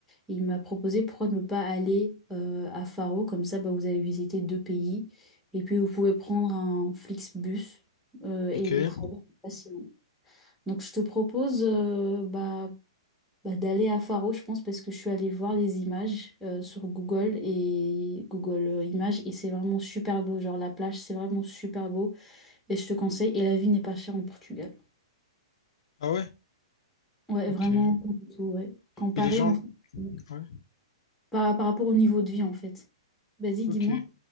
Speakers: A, in the centre; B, on the left.
A: et il m'a proposé pourquoi ne pas aller euh, à Faro comme ça bah, vous avez visité deux pays et puis vous pouvez prendre un Flixbus euh, et
B: Ok.
A: le trajet n'est pas si long. Donc je te propose euh, bah, bah, d'aller à Faro, je pense, parce que je suis allée voir les images euh, sur Google et Google euh, Images et c'est vraiment super beau. Genre la plage, c'est vraiment super beau et je te conseille. Et la vie n'est pas chère en Portugal.
B: Ah ouais?
A: Ouais,
B: Ok.
A: vraiment,
B: Et
A: pas du tout, ouais. Comparé
B: les gens,
A: en fait, donc,
B: ouais,
A: par, par rapport au niveau de vie en fait. Vas-y,
B: ok.
A: dis-moi.
B: Et